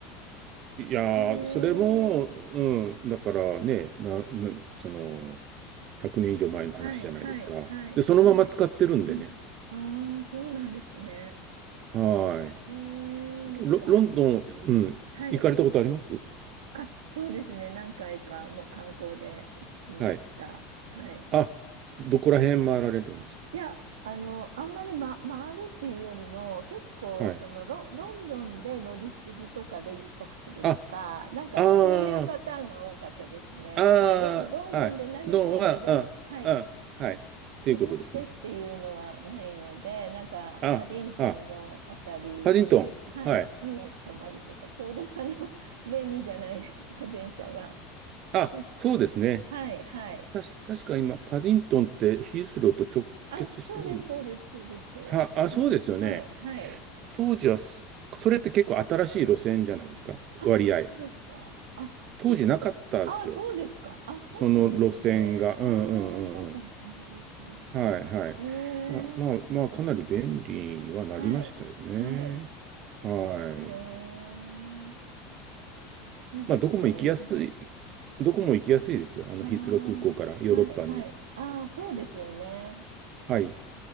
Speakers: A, on the right; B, on the right.
A: いやー、
B: ええー
A: それも、うん、だからね、な、な、その、100年以上前の話じゃないですか。
B: はいはいはいはい。
A: で、そのまま使ってるんでね。
B: うん。ああ、そうなんですね。
A: はーい。
B: ええーなんか、
A: ロ、ロンドン、うん、
B: はい。
A: 行かれたことあります
B: あ、そうですね。何回かもう観光で行きました。
A: はい。
B: はい。
A: あ、どこら辺回られるんですか
B: いや、あの、あんまり、ま、回るっていうよりも、結構、
A: はい。
B: そのロン、ロンドンで乗り継ぎとかで一泊するとか、
A: あ、
B: なんかそういうパターンが多かったですね。
A: ああ、ああ、
B: だからロン、ロンドンで何かを目指し、
A: はい。ロンは、あ、
B: はい、
A: あ、はい。っていうことですね。
B: 目指してっていうのはないので、なんかパディントンのあたりに、
A: あ、あ、パディントン。
B: はい、
A: はい。
B: に泊まるとか、ちょうどあの、<laughs> 便利じゃないですか、電車が。
A: あ、
B: いいっす
A: そうですね。
B: はい、はい。
A: たし、確か今、パディントンってヒースローと直結してるん
B: あ、そうです、そうです、そうです。
A: は、あ、そうですよね。
B: いはい、はい。
A: 当時はす、それって結構新しい路線じゃないですか。
B: あ、
A: 割合。
B: そうですか。あ、
A: 当時なかったですよ。
B: ちょっと、あ、そうですか。あ、そうなんですね。
A: その路線が、うんうんうんうん。
B: ああ、そうかもしれないですね。
A: はいはい。
B: え
A: まあまあまあ、
B: え
A: かなり便利にはなりましたよね。
B: はい、はい。
A: はい。
B: ええいいですね、
A: まあ、どこも行きやすい、
B: ロンドン。
A: どこも行きやすいですよ。あの、
B: ああ、
A: ヒースロー空港からヨーロッパに。
B: はい、はい。ああ、そうですよね。
A: はい。